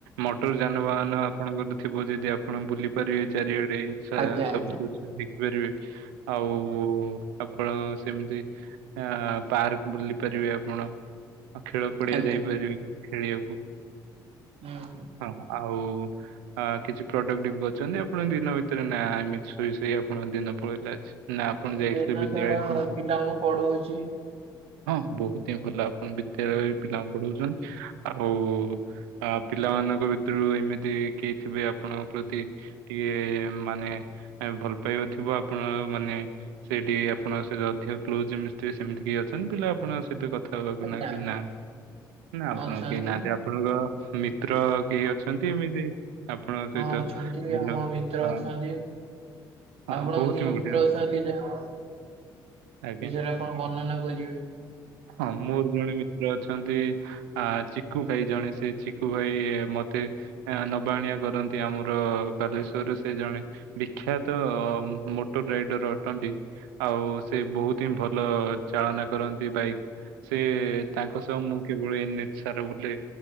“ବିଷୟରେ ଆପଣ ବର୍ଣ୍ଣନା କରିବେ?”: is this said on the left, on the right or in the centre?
Right